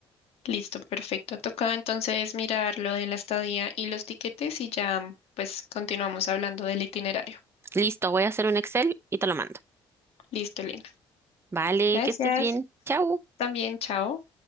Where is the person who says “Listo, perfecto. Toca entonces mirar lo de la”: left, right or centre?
Left